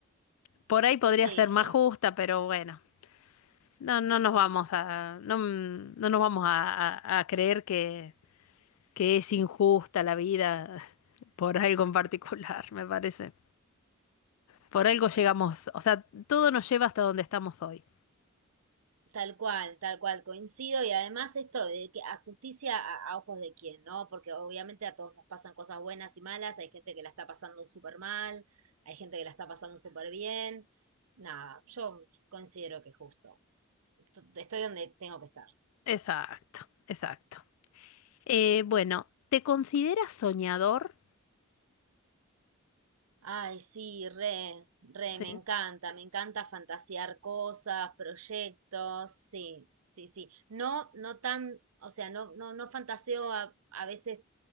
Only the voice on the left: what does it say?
Por ahí podría
ser más
justa, pero bueno, No, no nos vamos a, no, mm, no nos vamos a, a- a creer que, que es injusta la vida por algo en particular, me parece. Por algo llegamos, o sea, todo nos lleva hasta donde estamos hoy.
Exacto, exacto. Eh, bueno, ¿te consideras soñador?
Sí.